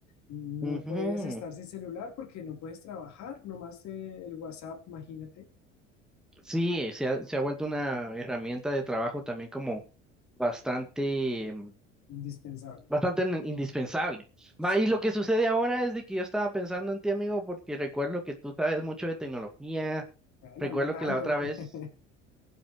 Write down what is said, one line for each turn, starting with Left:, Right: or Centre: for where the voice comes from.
Left: no
Centre: Ujú.
Left: puedes estar sin celular porque no puedes trabajar, nomás eh, el WhatsApp, imagínate,
Centre: Sí, se ha, se ha vuelto una herramienta de trabajo también como bastante
Left: indispensable.
Centre: bastante in- indispensable.
Left: Sí.
Centre: Va, y lo que sucede ahora es de que yo estaba pensando en ti, amigo, porque recuerdo que tú sabes mucho de tecnología,
Left: Bueno,
Centre: recuerdo
Left: no tanto.
Centre: que la otra vez,
Left: <laughs>